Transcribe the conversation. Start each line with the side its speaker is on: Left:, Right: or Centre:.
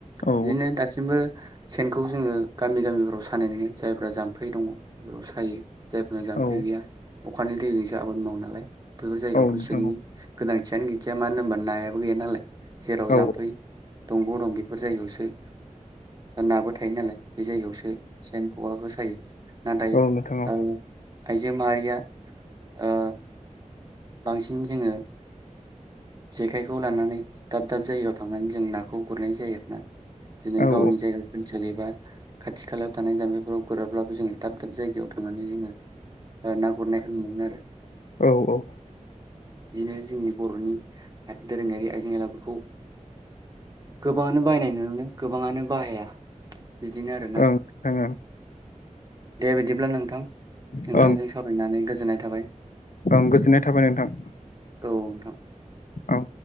Left: औ
Right: बिदिनो दासिम ओ सेनखौ जोङो गामि गामिफोराव सानाय नुयो जायफ्रा जाम्फै दङ बेफोराव सायो। जायफोरना जामफै
Left: औ
Right: गैया अखानि दैजों सो आबाद मावो नालाय बेफोर जायगायावथ
Left: औ नोंथां
Right: सेननि गोनां सेन गैखाया मानो होनोमा नायाबो गैया नालाय। जेराव
Left: औ
Right: जाम्फै
Left: औ
Right: दंग दं बेफोर जायगायावसो नाबो थायो नालाय। बे जायगायावसो सेन खखाखौ सायो नाथाय
Left: औ नोंथां औ
Right: ओ आइजो माहारिया ओ बांसिन जोङो जेखाइखौ लानानै दाब दाब जायगायाव थांनानै जों नाखौ गुरनाय जायो आरोना। बिदिनो
Left: औ
Right: गावनि जायगा ओनसोल एबा खाथि खालायाव थानाय जाम्बिफोराव गुराब्लाबो जोङो दाब दाब जायगायाव थांनानै जोङो ओ ना गुरनायखौ नुयोमोन आरो।
Left: औ औ।
Right: बिदिनो जोंनि बर'नि आइ दोरोङारि आइजें आयलाफोरखौ गोबाङानो बायनाय नुनो मोनो गोबाङानो बाहाया बिदिनो आरोना
Left: ओं
Right: दे बिदिब्ला नोंथां। नोंथांजों
Left: नोंथां ओं
Right: सावरायनानै गोजोननाय थाबाय।
Left: ओं गोजोननाय थाबाय नोंथां
Right: औ नोंथां
Left: औ